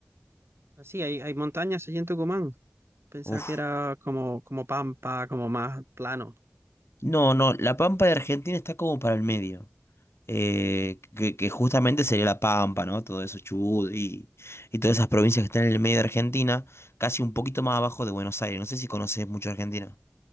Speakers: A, on the right; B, on the left.
A: Así, hay, hay montañas allí en Tucumán. Pensaba
B: Uf.
A: que era como, como pampa, como más plano.
B: No, no, la Pampa de Argentina está como para el medio. Eh, que, que justamente sería la Pampa, ¿no? Todo eso, Chubut y, y todas esas provincias que están en el medio de Argentina, casi un poquito más abajo de Buenos Aires. No sé si conoces mucho Argentina.